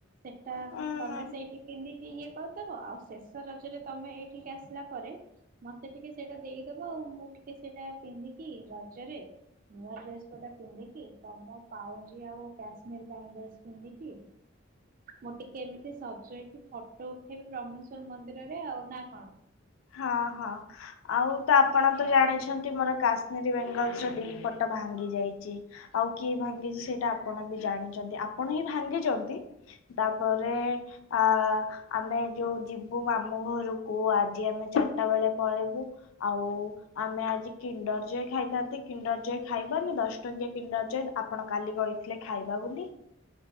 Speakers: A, on the right; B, on the left.
A: ସେଟା
B: ଉଁ
A: ତମେ ସେଇଠି ପିନ୍ଧିକି ଇଏ କର ବ ଆଉ ଶେଷ ରଜରେ ତମେ ଏଇଠିକି ଆସିଲା ପରେ, ମତେ ଟିକେ ସେଇଟା ଦେଇଦବ ଆଉ। ମୁଁ ଟିକେ ସେଇଟା ପିନ୍ଧିକି କି ରଜରେ, ନୂଆ ଡ୍ରେସ ଗୋଟା ପିନ୍ଧିକି ତମ ପାଉଜି ଆଉ କାଶ୍ମୀର ବେଙ୍ଗଲସ ପିନ୍ଧିକି, ମୁଁ ଟିକେ ଏମିତି ସଜ ହେଇକି ଫଟୋ ଉଠେଇବି ବ୍ରହ୍ମେଶ୍ଵର ମନ୍ଦିରରେ ଆଉ ନା କଣ?
B: ହଁ ହଁ ଆଉ ତ ଆପଣ ତ ଜାଣିଛନ୍ତି ମୋର କାଶ୍ମୀରୀ ବେଙ୍ଗଲ ଚୁଡ଼ି ଦି ପଟ ଭାଙ୍ଗି ଯାଇଚି। ଆଉ କିଏ ଭାଙ୍ଗିଚି ସେଇଟା ଆପଣ ବି ଜାଣିଛନ୍ତି। ଆପଣ ହିଁ ଭାଙ୍ଗିଚନ୍ତି, ତାପରେ ଆ ଆମେ ଯଉ ଯିବୁ ମାମୁ ଘରକୁ ଆଜି ଆମେ ଚାରିଟା ବେଳେ ପଳେଇବୁ ଆଉ ଆମେ ଆଜି କିଣ୍ଡର୍ ଜୟ ଖାଇଥାନ୍ତି କିଣ୍ଡର୍ ଜୟ ଖାଇବାନି। ଦଶ ଟଙ୍କିଆ କିଣ୍ଡର୍ ଜୟ ଆପଣ କାଲି କହିଥିଲେ ଖାଇବା ବୋଲି।